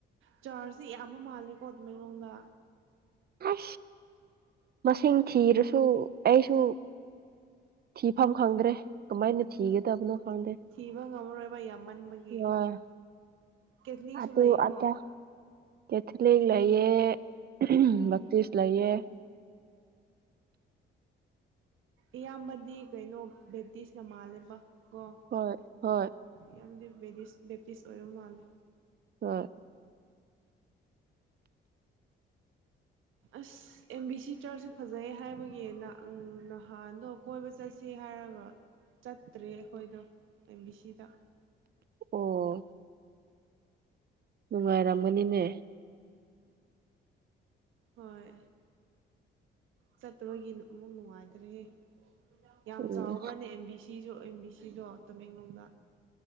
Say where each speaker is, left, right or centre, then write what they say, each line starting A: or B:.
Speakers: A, on the right; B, on the right.
A: ꯆꯥꯔꯁꯤ ꯌꯥꯝꯕ ꯃꯥꯜꯂꯦꯀꯣ ꯇꯃꯦꯡꯂꯣꯡꯗ
B: ꯏꯁ ꯃꯁꯤꯡ ꯊꯤꯔꯁꯨ ꯑꯩꯁꯨ ꯊꯤꯐꯝ ꯈꯪꯗ꯭ꯔꯦ ꯀꯃꯥꯏꯅ ꯊꯤꯒꯗꯕꯅꯣ ꯈꯪꯗꯦ
A: ꯊꯤꯕ ꯉꯝꯃꯔꯣꯏꯕ ꯌꯥꯝꯃꯟꯕꯒꯤ
B: ꯑ
A: ꯀꯦꯊꯂꯤꯛꯁꯨ
B: ꯑꯗꯨ
A: ꯂꯩꯀꯣ
B: ꯑꯗꯥ ꯀꯦꯊꯂꯤꯛ ꯂꯩꯌꯦ <unintelligible>
A: ꯑꯣ
B: ꯂꯩꯌꯦ꯫
A: ꯏꯌꯥꯝꯕꯗꯤ ꯀꯩꯅꯣ ꯕꯦꯞꯇꯤꯁꯅ ꯃꯥꯜꯂꯦꯕ꯫ ꯀꯣ
B: ꯍꯣꯏ ꯍꯣꯏ
A: ꯌꯥꯝꯗꯤ <unintelligible> ꯕꯦꯞꯇꯤꯁ ꯑꯣꯏꯕ ꯃꯥꯜꯂꯦ
B: <unintelligible>
A: ꯑꯁ ꯑꯦꯝ ꯕꯤ ꯁꯤ ꯆꯔꯁꯁꯨ ꯐꯖꯩ ꯍꯥꯏꯕꯒꯤ ꯅ ꯅꯍꯥꯟꯗꯣ ꯀꯣꯏꯕ ꯆꯠꯁꯦ ꯍꯥꯏꯔꯒ ꯆꯠꯇ꯭ꯔꯦ ꯑꯩꯈꯣꯏꯗꯣ ꯑꯦꯝ ꯕꯤ ꯁꯤꯗ
B: ꯑꯣ꯫ ꯅꯨꯡꯉꯥꯏꯔꯝꯒꯅꯤꯅꯦ
A: ꯍꯣꯏ ꯆꯠꯇꯕꯒꯤ ꯑꯃꯨꯛ ꯅꯨꯡꯉꯥꯏꯇ꯭ꯔꯦ ꯍꯦ ꯌꯥꯝ
B: ꯎꯝ
A: ꯆꯥꯎꯕ꯭ꯔꯥꯅꯦ ꯑꯦꯝꯕꯤꯁꯤ ꯁꯤꯁꯨ ꯑꯦꯝꯕꯤꯁꯤꯗꯣ ꯇꯃꯦꯡꯂꯣꯡꯗ꯫